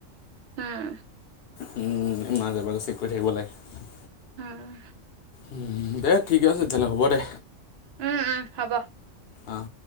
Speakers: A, on the right; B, on the left.
A: হম।
B: উম' মাজে মাজে চেক কৰি থাকিব লাগে।
A: উম'।
B: উম' দে ঠিক আছে তেনে হ'ব দে।
A: উম', উম' হ'ব।
B: অঁ